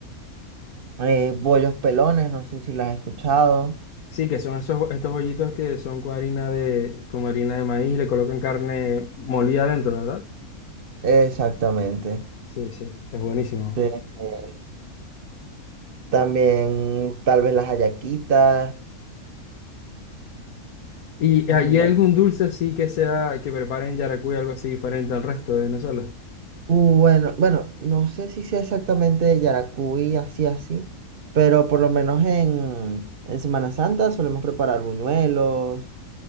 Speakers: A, on the right; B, on the left.
A: eh, bollos pelones, no sé si las has escuchado.
B: Sí, que son esos, estos bollitos que son con harina de, como harina de maíz y le colocan carne molida adentro, ¿verdad?
A: Exactamente.
B: Sí, sí, es buenísimo.
A: Este, también tal vez las hallaquitas,
B: ¿Y
A: mm,
B: hay algún dulce así que sea, que preparen en Yaracuy, algo así diferente al resto de Venezuela?
A: Bueno, bueno, no sé si sea exactamente de Yaracuy, así, así, pero por lo menos en, en Semana Santa solemos preparar buñuelos,